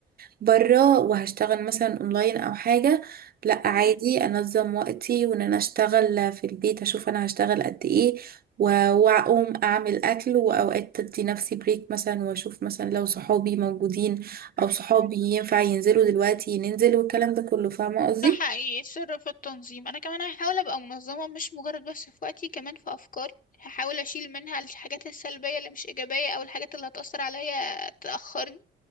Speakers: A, on the right; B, on the left.
A: بره وهشتغل مثلا اونلاين او حاجة لا عادي
B: مهم.
A: انظم وقتي وان انا اشتغل في البيت اشوف انا هشتغل قد ايه و- واقوم اعمل اكل واوقات ادي نفسي بريك مثلا واشوف مثلا لو صحابي موجودين او صحابي
B: مهم.
A: ينفع ينزلوا دلوقتي ننزل والكلام ده كله فاهمة قصدي
B: ده حقيقي السر في التنظيم انا كمان هحاول ابقى منظمة مش مجرد بس في وقتي كمان في افكاري هحاول اشيل منها الحاجات السلبية اللي مش ايجابية او الحاجات اللي هتأثر عليا تأخرني